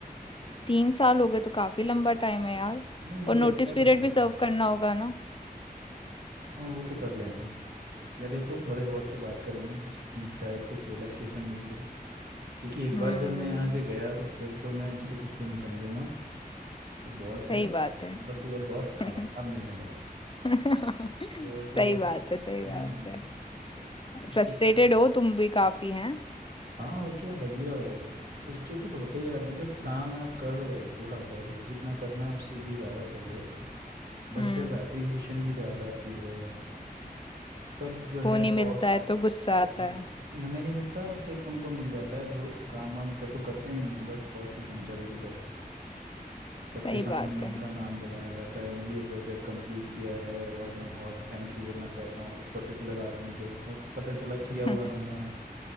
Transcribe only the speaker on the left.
तीन साल हो गए तो काफी लंबा टाइम है यार
और नोटिस
पीरियड
भी
सर्व करना होगा ना
हम्म
सही
बात है
<laughs>
<laughs>
सही बात है सही बात
है
फ्रस्ट्रेटेड हो तुम भी काफी हैं
हम्म
वो नहीं मिलता
है तो गुस्सा आता
है
सही
बात
है
<laughs>